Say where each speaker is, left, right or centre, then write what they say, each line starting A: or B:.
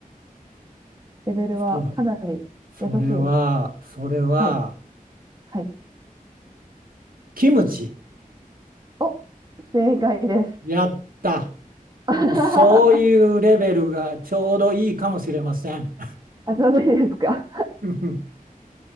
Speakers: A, on the right (about 25°); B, on the right (about 75°).
A: レベルはかなり優しい。
B: そ、それは、それは、
A: はい。はい。
B: キムチ。
A: お、正解です。
B: やった。
A: <laughs> あ、
B: もうそういうレベルがちょうどいいかもしれません。
A: ちょうどいいですか。
B: <laughs>